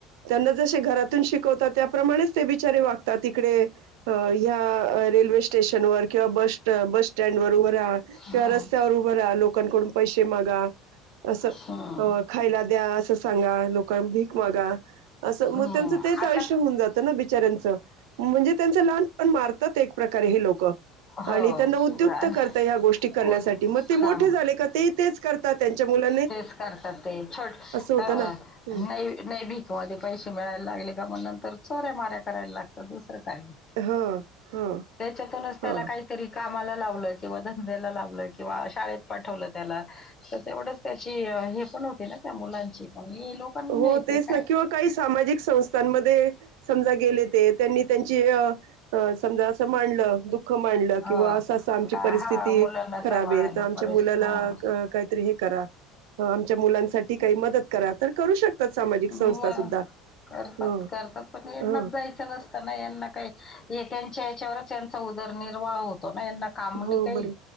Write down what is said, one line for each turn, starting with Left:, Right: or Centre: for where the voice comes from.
Right: त्यांना जसे घरातून शिकवतात त्याप्रमाणेच ते बिचारे वाग ता तिकडे अं ह्या रेल्वे स्टेशनवर किंवा बस बस स्टँड वर उभं राहा.
Left: हं,
Right: किंवा रस्त्यावर उभं राहा लोकांकडून पैसे मागा. असं
Left: हं,
Right: अं खायला द्या असं सांगा लोकांन भीक मागा. असं
Left: हं.
Right: म त्याचं तेच
Left: आता
Right: आयुष्य हुन जातं ना बिचाऱ्याचं. म्हणजे त्याचं लहानपण मारतात एक प्रकारे हे लोक.
Left: हो
Right: आणि त्यांना उद्युत
Left: आणि
Right: करता या गोष्टी करण्यासाठी
Left: हो,
Right: म ते मोठे
Left: हा,
Right: झाले का ते ही तेच करतात त्यांच्या मुला
Left: तेच करतात ते छोट
Right: होतं
Left: अं
Right: ना ह
Left: नै नय भीक हो आधी पैसे मिळाय लागले का म नंतर चोऱ्यामाऱ्या कराय लागतातचं. तर काय
Right: ह ह
Left: तेच्यातूनचं तेला
Right: ह
Left: काय तरी कामाला लाव किंवा धंद्याला लावलं किंवा शाळेत पाठवलं तेला तर तेवढच त्याची हे पण हो <unintelligible> त्या मुलांची पण हे लोकांनी
Right: हो
Left: नाही ते
Right: तेच
Left: काय
Right: ना किंवा काही सामाजिक संस्थांमध्ये समजा गेले ते त्यांनी त्यांची अं अं समजा असं मांडलं दु दुःख मांडल
Left: हो.
Right: किंवा अस अस आमची
Left: का
Right: परिस्थिती
Left: हां, मुलांना
Right: खराबे
Left: सांभाळायला
Right: तर आमच्या
Left: परस
Right: मुलाला
Left: हां.
Right: काहीतरी हे करा हा आमच्या मुलांसाठी काही मदत करा तर करू शकतात सामाजिक
Left: मग
Right: संस्था सुद्धा
Left: करतात
Right: ह
Left: करतात पण हेंनाचं
Right: ह
Left: जायचं नसतं ना हेंना काय नेत्याच्या हेच्यावर यांचा उदरनिर्वाह हो तो ना यांना काम
Right: हो
Left: नाई काई
Right: बर